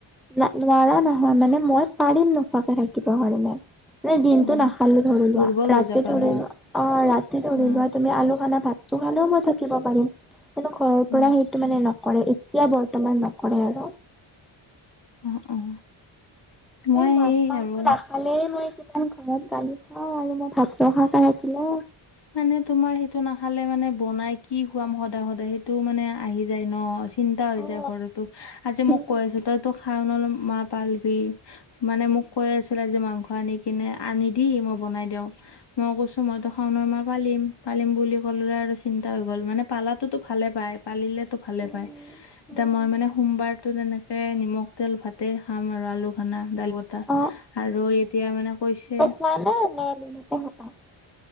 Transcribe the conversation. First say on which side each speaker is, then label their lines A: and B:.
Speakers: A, in the centre; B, on the left (about 55°).
A: ন নোৱাৰা নহয়, মানে মই পাৰিম নোখোৱাকে থাকিব কাৰণে নাই দিনটো
B: অ',
A: নাখালো ধৰি লোৱা,
B: দুৰ্বল
A: ৰাতি
B: হৈ যাবা
A: ধৰি
B: ন
A: লোৱা অ' ৰাতি ধৰি
B: অ',
A: লোৱা। তুমি আলু সনা ভাতটো খালেও মই থাকিব পাৰিম। কিন্তু ঘৰৰ
B: অ',
A: পৰা মানে নকৰে এতিয়া বৰ্তমান নকৰে আৰু।
B: অ', অ'। মই
A: এই মাছ
B: সেই
A: মাংস
B: আৰু
A: নাখ খালেই মই কিমান ঘৰত গালি খাওঁ, আৰু মই ভাত নোখোৱাকে থাকিলে
B: মানে তোমাৰ সেইটো নাখালে মানে বনাই কি খুৱাম সদায় সদায় সেইটো মানে আহি যায় ন। চিন্তা হৈ
A: অ উম
B: যায় ঘৰটো, আজি
A: হুম
B: মোক কৈ আছে তই তো শাওঁণৰ মাহ পালি বি। মানে মোক কৈ আছিলে যে মাংস আনি কিনে আনি দি মই বনাই দিওঁ। মই কৈছো মইতো শাওঁণৰ মাহ পালিম। পালিম বুলি ক'লো আৰু চিন্তা হৈ গ'ল, মানে পালাতোতো ভালে পায় পালিলেতো ভালে
A: হুম
B: পায়।
A: হুম
B: এতিয়া
A: হুম হুম
B: মই মানে সোমবাৰতো তেনেকে নিমখ তেল ভাতেই খাম আৰু আলু খানা দাইল বতা।
A: অ
B: আৰু এতিয়া মানে কৈছে
A: ভ নে এ নি মতে হকা <unintelligible>